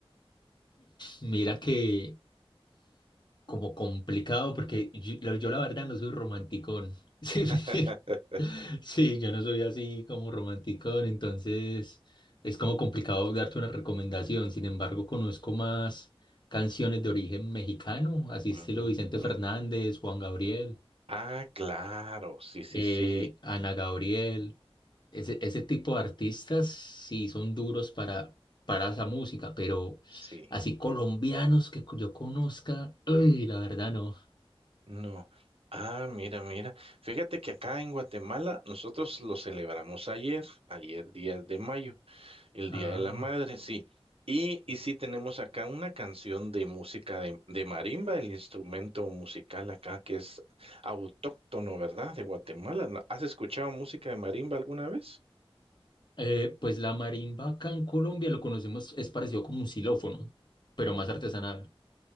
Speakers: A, on the left; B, on the right.
A: Mira que como complicado porque yo, la yo la verdad no soy romanticón. <laughs> Sí,
B: <laughs>
A: sí, yo no soy así como romanticón, entonces es como complicado darte una recomendación. Sin embargo, conozco más canciones de origen mexicano, así
B: Ujú,
A: estilo Vicente Fernández,
B: ujú.
A: Juan Gabriel
B: Ah, claro, sí, sí,
A: eh,
B: sí,
A: Ana Gabriel, ese, ese tipo de artistas sí son duros para, para esa música, pero
B: sí.
A: así colombianos que yo conozca, ay, la verdad no.
B: No. Ah, mira, mira. Fíjate que acá en Guatemala nosotros lo celebramos ayer, ayer 10 de mayo, el
A: Ah,
B: Día de la Madre, sí. Y, y sí tenemos acá una canción de música de, de marimba, el instrumento musical acá que es autóctono, ¿verdad? De Guatemala. ¿No- ¿Has escuchado música de marimba alguna vez?
A: eh, pues la marimba acá en Colombia lo conocemos, es parecido como un xilófono, pero más artesanal.